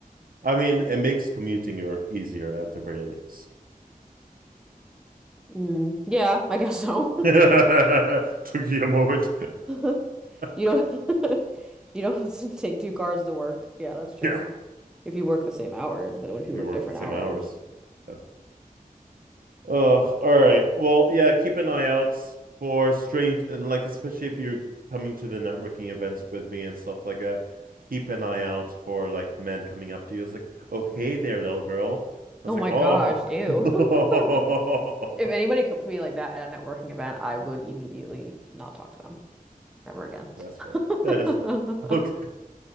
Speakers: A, on the right; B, in the centre.
A: I mean, it makes commuting or easier at the very least.
B: Mm, yeah, I guess so.
A: <laughs> Took you a moment.
B: <laughs> You
A: <laughs>
B: don't <laughs> you don't have to take two cars to work. Yeah, that's true.
A: Yeah.
B: If you work the same hours, but what if
A: If
B: you work
A: you work
B: different
A: the same
B: hours?
A: hours. Yeah. Oh, all right. Well, yeah, keep an eye out for strange and like especially if you're coming to the networking events with me and stuff like that, keep an eye out for like men coming up to you. It's like, oh hey there, little girl. I
B: Oh
A: was like,
B: my
A: oh
B: gosh, ew.
A: <laughs>
B: <laughs> If anybody came to me like that at a networking event, I would immediately not talk to them ever again.
A: yeah, that's fair.
B: <laughs>
A: That is fair. <laughs> Okay.